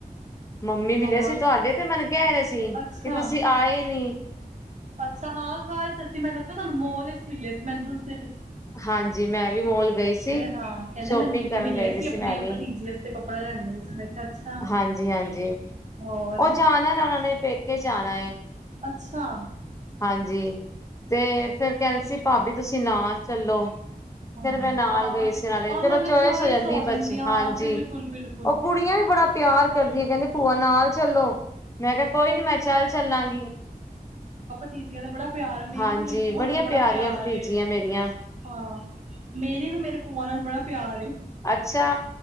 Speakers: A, on the left; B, on the right.
A: ਮੰਮੀ ਮਿਲੇ
B: ਹੋਰ
A: ਸੀ ਤੁਹਾਡੇ ਤੇ, ਮੈਨੂੰ ਕਹਿ ਰਹੇ ਸੀ
B: ਅੱਛਾ
A: ਕਿ ਤੁਸੀਂ ਆਏ ਨੀ।
B: ਹਾਂ, ਕੱਲ ਸੱਚੀ ਮੈਨੂੰ ਲੱਗਦਾ ਤੁਹਾਨੂੰ ਮੱਲ ਵਿੱਚ ਮਿਲੇ ਸੀ ਮੈਨੂੰ ਉਸ ਦਿਨ।
A: ਹਾਂਜੀ ਮੈਂ ਵੀ ਮੋਲ ਗਈ ਸੀ
B: ਹਾਂ ਕਹਿੰਦੇ
A: ਸ਼ੋਪਿੰਗ
B: ਮੈਨੂੰ ਦੀਦੀ
A: ਕਰਨ
B: ਮਿਲੇ
A: ਗਈ
B: ਆਪਣੇ
A: ਸੀ ਮੈਂ ਵੀ
B: ਭਤੀਜੇ ਵਾਸਤੇ ਕੱਪੜਾ ਲੈਂਦੇ ਪਏ ਸੀ ਮੈਂ ਕਿਹਾ ਅੱਛਾ
A: ਹਾਂਜੀ-ਹਾਂਜੀ ਉਹ
B: ਹੋਰ
A: ਜਾਣਾ ਨਾ ਉਹਨਾਂ ਨੇ ਪੇਕੇ ਆਣਾ
B: ਅੱਛਾ
A: ਹਾਂਜੀ ਤੇ ਫੇਿਰ ਕਹਾ ਸੀ ਭਾਬੀ ਤੁਸੀਂ ਨਾਲ ਚੱਲੋ
B: ਹਾਂ
A: ਫਿਰ ਮੈਂ ਨਾਲ
B: ਆ
A: ਗਈ ਸੀ। ਇਹਨਾਂ ਦੇ
B: ਆਹ
A: ਚਲੋ
B: ਨਾਲੇ
A: ਚੋਇਸ
B: ਚੁਆਇਸ
A: ਹੋ ਜਾਂਦੀ ਏ ਬਸ
B: ਆ ਹਾਂ
A: ਹਾਂਜੀ
B: ਬਿਲਕੁਲ ਬਿਲਕੁਲ
A: ਉਹ ਕੁੜੀਆਂ ਵੀ ਬੜਾ ਤੈਆਰ ਕਰਦੀਆਂ ਕਹਿੰਦੇ ਭੂਆ ਨਾਲ ਚਲੋ ਮੈਂ ਕਿਹਾ ਕੋਈ ਨੀ ਮੈਂ ਚੱਲ ਚੱਲਾਂਗੀ।
B: ਪਤੀਜ਼ੀਆਂ ਦਾ ਬੜਾ ਪਿਆਰ ਏ। ਮੇਰੀ
A: ਹਾਂਜੀ
B: ਵੀ ਮੇਰੀ ਭੂਆ
A: ਬੜੀਆਂ
B: ਨਾਲ ਬੜਾ
A: ਪਿਆਰੀਆਂ
B: ਪਿਆਰੇ
A: ਭਤੀਜੀਆਂ ਮੇਰੀਆਂ
B: ਹਾਂ ਮੇਰੀ ਵੀ ਮੇਰੇ ਭੂ ਉਹਨਾਂ ਨੂੰ ਬੜਾ ਪਿਆਰ ਏ।
A: ਅੱਛਾ